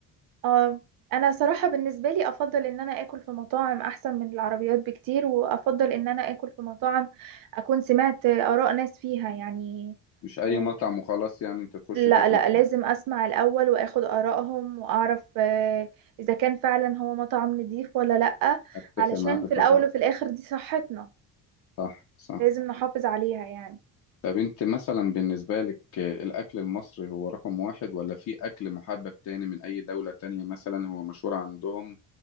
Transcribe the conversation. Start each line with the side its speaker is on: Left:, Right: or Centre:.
Right: اه انا صراحة بالنسبة لي افضل ان انا اكل في مطاعم احسن من العربيات بكتير وافضل ان انا اكل في مطاعم اكون سمعت اراء ناس فيها يعني
Left: مش اي
Right: آه،
Left: مطعم وخلاص يعني انت تخش
Right: لا
Left: تاكلي
Right: لا لازم
Left: فيه.
Right: اسمع الاول واخد ارائهم واعرف آه، اذا كان فعلا هو مطعم نضيف ولا لا
Left: اتفق
Right: علشان
Left: معاك
Right: في
Left: في
Right: الاول
Left: الرأي
Right: وفي الاخر دي صحتنا
Left: صح صح
Right: لازم نحافظ عليها يعني
Left: طب انت مثلا بالنسبه لك آه، الاكل المصري هو رقم واحد ولا في اكل محبب تاني من اي دوله تانية مثلا هو مشهور عندهم